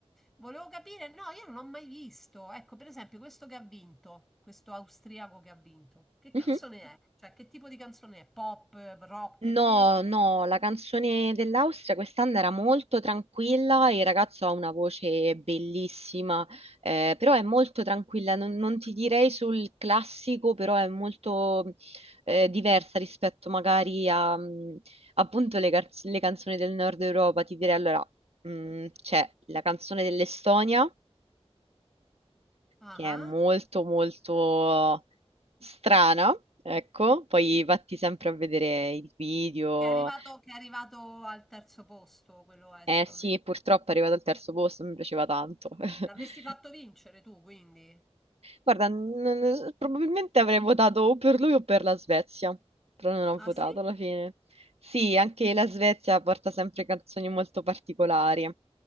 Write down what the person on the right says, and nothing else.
mhm.
No,
no, la canzone dell'Austria quest'anno era molto tranquilla, il ragazzo ha una voce bellissima, eh, però è molto tranquilla, non, non ti direi sul classico, però è molto eh, diversa rispetto magari a mh, appunto le, car- le canzoni del Nord Europa. Ti direi allora, mh, c'è la canzone dell'Estonia,
che è
molto molto strana, ecco,
poi vatti sempre a vedere il video.
Eh sì, purtroppo è arrivato al terzo posto, mi piaceva tanto. <laughs>
Guarda, non- probabilmente avrei votato o per lui o per la Svezia, però non ho
votato
alla fine. Sì, anche la Svezia porta sempre canzoni molto particolari.